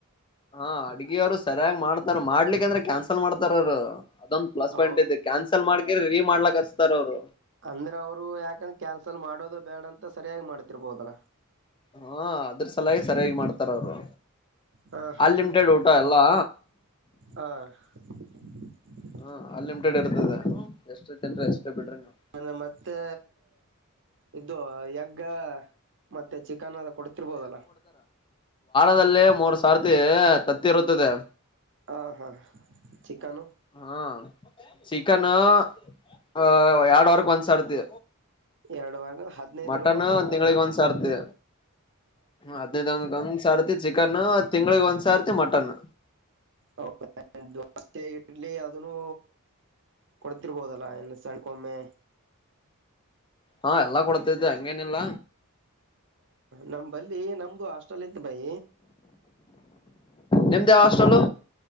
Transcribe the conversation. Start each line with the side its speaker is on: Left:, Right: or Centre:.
Left: ಹಾ ಅಡ್ಗಿ ಯವ್ರು ಸರಿಯಾಗಿ ಮಾಡ್ತಾರ ಮಾಡ್ಲಿಕ್ಕಂದ್ರೆ ಕ್ಯಾನ್ಸಲ್ ಮಾಡ್ತಾರ ಅವರು ಅದೊಂದ ಪ್ಲಸ್ ಪಾಯಿಂಟ್
Right: ಹೌ
Left: ಇದೆ ಕ್ಯಾನ್ಸಲ್ ಮಾಡಕಿ ರೀ ಮಾಡ್ಲಕ್ ಹಚ್ತಾರ ಅವ್ರು
Right: ಅಂದ್ರೆ ಅವ್ರು ಯಾಕಂದ್ರ ಕ್ಯಾನ್ಸಲ್ ಮಾಡೋದು ಬೇಡ ಅಂತ ಸರಿಯಾಗಿ ಮಾಡ್ತಿರ್ಬೋದಲ್ಲ
Left: ಹಾ ಅದ್ರ ಸಲಾಗಿ ಸರಿಯಾಗಿ ಮಾಡ್ತಾರೆ ಅವ್ರು
Right: ಹ ಹಾ
Left: ಅನ್ಲಿಮಿಟೆಡ್ ಊಟ ಎಲ್ಲಾ
Right: ಹಾ ಹ <inaudible>
Left: ಹ್ಮ ಅನ್ಲಿಮಿಟೆಡ್ ಇರ್ತದ ಎಷ್ಟು ತಿನ್ರಿ ಎಷ್ಟೇ ಬಿಡ್ರಿ ನೀವು
Right: ನಾನ ಮತ್ತೆ ಇದು ಎಂಗ್ ಮತ್ತೆ, ಚಿಕನ್ ಅದು ಕೊಡ್ತಿರ್ಬೋದಲ್ಲ.
Left: ರದಲ್ಲಿ ಮೂರ್ ಸಾರತಿ ತತ್ತಿ ಇರುತ್ತದೆ.
Right: ಹಾ, ಹಾ ಚಿಕನ್
Left: ಹಾ ಚಿಕನ್ ಅ ಎರಡ ವಾರಕ್ಕ ಒಂದ್ಸರ್ತಿ.
Right: ಎರಡುವರೆ ಹದ್ನೈದು
Left: ಮಟನ್
Right: ದಿನಕ್ಕೊಮ್ಮ
Left: ತಿಂಗಳಿಗೆ ಒಂದ್ ಸರ್ತಿ. ಹದನೈದ ಡಿನ್ಕಮ್ಮ ಸರ್ತಿ ಚಿಕನ್. ತಿಂಗಳಿಗೆ ಒಂದ್ ಸರ್ತಿ ಮಟನ್.
Right: ಹೌದ ದೋಸ್, ಇಡ್ಲಿ, ಅದನ್ನು ಕೊಡ್ತಿರ್ಬೋದಲ್ಲ. ಇಲ್ಲಿ ಸಂದಕೊಮ್ಮೆ.
Left: ಹಾ ಎಲ್ಲಾ ಕೊಡ್ತಿದ್ದೆ ಹಂಗೇನಿಲ್ಲ.
Right: ನಮ್ಮ ಬಲ್ಲಿ ನಮ್ದು ಹಾಸ್ಟೆಲ್ ಇತ್ತು. ಬೈ,
Left: ನಿಮ್ದ ಯಾವ ಹಾಸ್ಟೆಲು